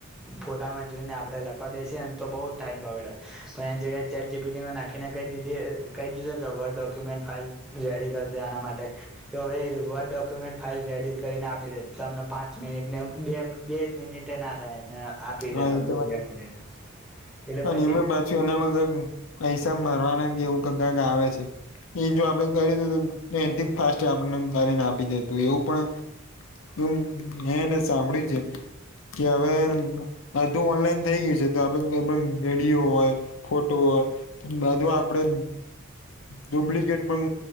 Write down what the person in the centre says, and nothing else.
ફોટામાં જોઈને આપડે લખવા બેસીએને તો બહુ ટાઈમ બગડે. પણ એની જગ્યાએ ચેટ જી પી ટી માં નાખીને કઈ દીધી અહ કઈ દીધી કે વર્ડ ડોક્યુમેન્ટ ફાઇલ રેડી કર દે આના માટે તો હવે એ વર્ડ ડોક્યુમેન્ટ ફાઇલ રેડી કરીને આપી દે તમને પાંચ મિનિટને બે બે મિનિટ ટે ના થાય ને આપી
દે તમને
<inaudible> એટલે
પછી